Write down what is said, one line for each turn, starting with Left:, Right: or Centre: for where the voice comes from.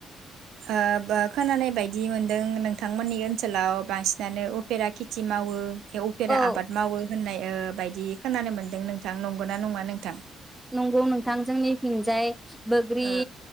Right: ओ बो खोनानाय बायदि मोनदों नोंथांमोननि ओनसोलाव बांसिनानो उफेरा खेथि मावो। ए उफेरा
Centre: औ
Right: आबाद मावो। होननाय ओ बायदि खोनानो मोनदों नोंथां नंगौना नङा नोंथां?
Centre: नंगौ नोंथां जोंनि थिंजाय बोग्रि
Right: ओ